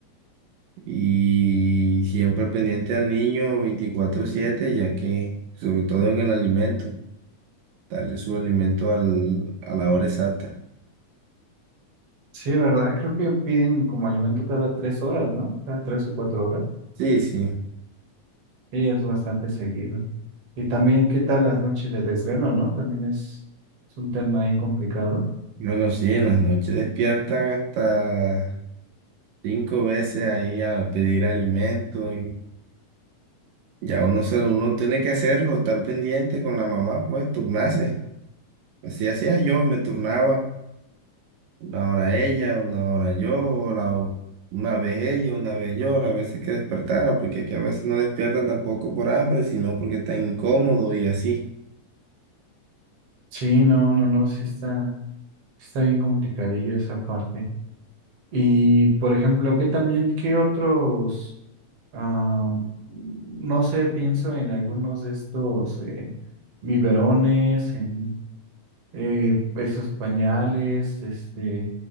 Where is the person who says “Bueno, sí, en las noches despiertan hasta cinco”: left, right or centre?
Right